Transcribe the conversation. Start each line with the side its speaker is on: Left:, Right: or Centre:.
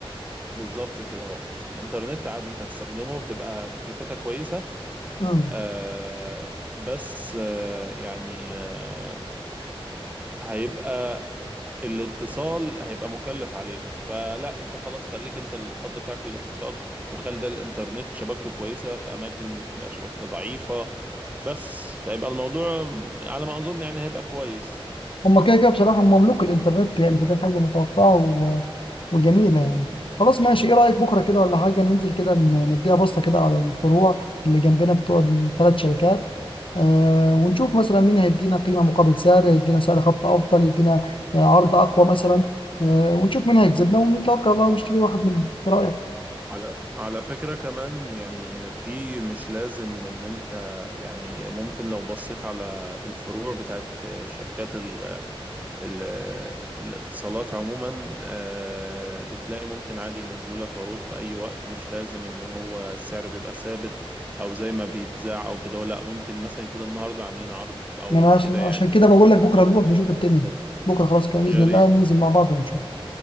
Right: بالظبط كده اهو انترنت عادي انت هتستخدمه بتبقى تكلفتها كويسة
Left: امم
Right: آه بس آه يعني آه هيبقى الاتصال هيبقى مكلف عليك فلا انت خلاص خليك انت الخط بتاعك للاتصال وخلي ده الانترنت شبكته كويسه في اماكن تبقى شبكتها ضعيفه بس فيبقى الموضوع على ما اظن يعني هيبقى كويس
Left: هما كده كده بصراحه هم مملوك الانترنت يعني فدي حاجه متوقعه وجميلة يعني خلاص ماشي ايه رأيك بكرة كده ولا حاجة ننزل كده ن- نديها بصة كده على الفروع اللي جنبنا بتوع الثلاث شركات آه ونشوف مثلا مين هيدينا قيمة مقابل سعر يدينا سعر خط أفضل يدينا آه، عرض أقوى مثلا آه ونشوف مين هيكسبنا ونتوكل على الله ونشتري واحد منهم ايه رأيك؟
Right: على على فكرة كمان يعني في مش لازم ان انت يعني ممكن لو بصيت على الفروع بتاعت شركات ال ال- الاتصالات عموما آه، بتلاقي ممكن عادي ينزلوا لك عروض في اي وقت مش لازم ان هو السعر بيبقى ثابت او زي ما بيتذاع او كده لا ممكن مثلا يكون النهارده عاملين عرض او
Left: ما أنا عشان
Right: كده يعني
Left: عشان كده بقول لك بكرة نروح نشوف
Right: بالظبط
Left: الدنيا بكرة خلاص كده بإذن
Right: يا
Left: الله
Right: ريت
Left: ننزل مع بعض ونشوف